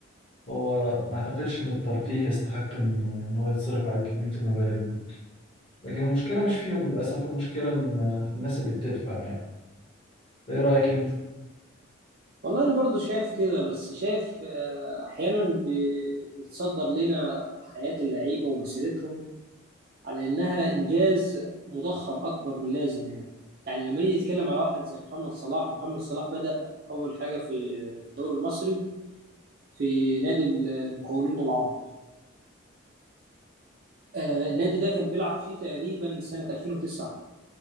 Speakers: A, on the left; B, on the right.
A: هو ما اعتقدش ان الترفيه يستحق ان إن هو يتصرف عليه كمية المبالغ دي لكن المشكلة مش فيهم للأسف المشكلة إن في الناس اللي بتدفع يعني ايه رأيك انت
B: والله انا برضو شايف كده بس شايف آه، احيانا بي- بيتصدر لنا حياه اللعيبه ومسيرتهم على انها انجاز مضخم اكبر من اللازم يعني يعني لما نيجي نتكلم على واحد زي محمد صلاح محمد صلاح بدأ اول حاجه في في الدوري المصري في نادي المقاولون العرب آه، النادي ده كان بيلعب فيه تقريبا سنه 2009